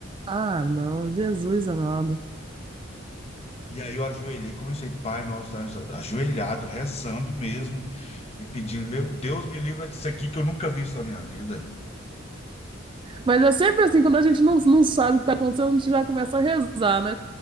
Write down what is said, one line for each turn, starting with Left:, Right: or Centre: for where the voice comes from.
Right: Ah, não, Jesus amado.
Left: E aí eu ajoelhei, comecei, Pai Nosso, tá, ajoelhado, rezando mesmo e pedindo, meu Deus, me livra disso aqui que eu nunca vi isso na minha vida.
Right: Mas é sempre assim, quando a gente não, não sabe o que tá acontecendo, a gente já começa a rezar, né?